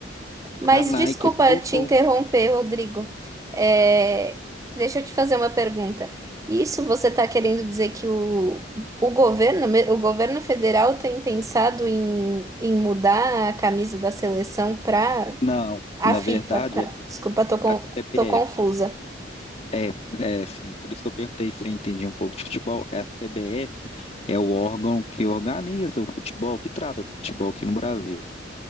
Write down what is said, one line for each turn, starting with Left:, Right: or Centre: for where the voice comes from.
Right: Mas
Left: a Nike
Right: desculpa
Left: soltou.
Right: te interromper, Rodrigo. É, Deixa eu te fazer uma pergunta. Isso você está querendo dizer que o, o governo, me- o governo federal tem pensado em, em mudar a camisa da seleção para
Left: Não,
Right: a
Left: na
Right: FIFA,
Left: verdade,
Right: tá?
Left: é
Right: Desculpa, tô, con-
Left: CPF.
Right: tô confusa.
Left: É, é, sim, por isso que eu perguntei se eu entendi um pouco de futebol. É A CBF é o órgão que organiza o futebol, que trata do futebol aqui no Brasil.